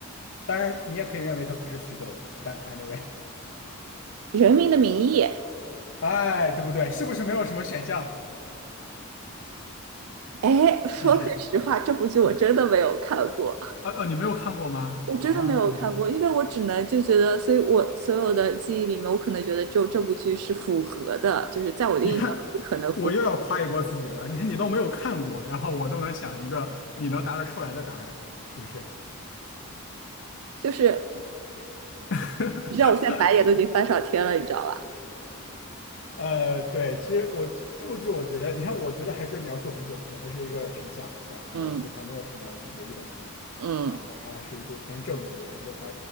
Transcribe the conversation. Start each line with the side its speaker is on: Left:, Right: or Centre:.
Left: 当然你也可以认为它不是虚构的，但 anyway，
Right: 《人民的名义》，
Left: 哎，对不对？是不是没有什么选项？
Right: 哎，说句实话，
Left: <laughs> 机智。
Right: 这部剧我真的没有看过。
Left: 啊呃，你没有看过吗？
Right: 我真的没有看过，
Left: 哦，
Right: 因为我只能就觉得，所以我所有的记忆里面，我可能觉得只有这部剧是符合的，就是在我的印象里是可能符合。
Left: 你看，我又要夸一波自己了。你看，你都没有看过，然后我都能想一个你能答得出来的答案，是不是？
Right: 就是
Left: <laughs>
Right: 你知道，我现在白眼都已经翻上天了，你知道吧？
Left: 呃，对，其实我这这部剧，我觉得，你看，我觉得还是描述很准确，它是一个群像，然后其实它没有什么唯一的男主，
Right: 嗯嗯，
Left: 然后它还是一部偏正剧，但是它